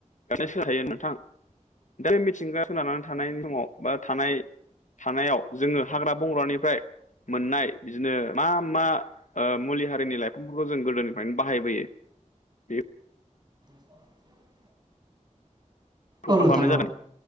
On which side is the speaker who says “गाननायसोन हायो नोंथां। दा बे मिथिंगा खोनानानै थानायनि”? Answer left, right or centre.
Left